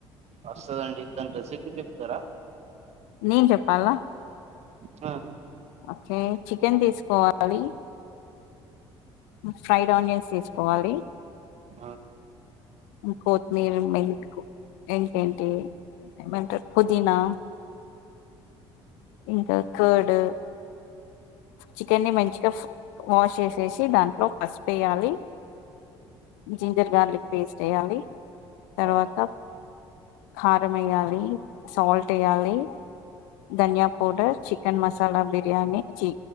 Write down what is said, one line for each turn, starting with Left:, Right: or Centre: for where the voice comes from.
Right: వస్తదండి దాన్ని రెసిపీ చెప్తారా
Left: నేను చెప్పాల్ల
Right: ఆ
Left: ఓకే చికెన్ తీసుకోవాలి ఫ్రైడ్ ఆనియన్స్ తీసుకోవాలి
Right: ఆ
Left: కొత్మీర మెతీ ఇంకేంటి ఏమంటారు పుదీనా ఇంకా కార్డ్ చికెన్ ని మంచిగా వాష్ చేసేసి దాంట్లో పసుపు వేయాలి జింజర్ గార్లిక్ పేస్ట్ వేయాలి తర్వాత
Right: ఆ
Left: కారం వేయ్యాలి సాల్ట్ వేయాలి ధనియా పౌడర్ చికెన్ మసాలా బిర్యానీ చి